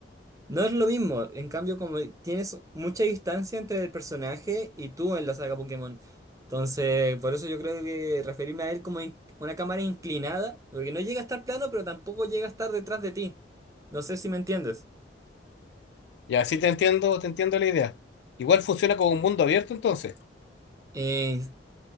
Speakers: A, on the right; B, on the left.
A: No es lo mismo, en cambio como tienes mucha distancia entre el personaje y tú en la saga Pokémon. Entonces, por eso yo creo que referirme a él como in- una cámara inclinada, porque no llega a estar plano, pero tampoco llega a estar detrás de ti. No sé si me entiendes.
B: Ya, sí te entiendo, te entiendo la idea. Igual funciona como un mundo abierto entonces.
A: Eh,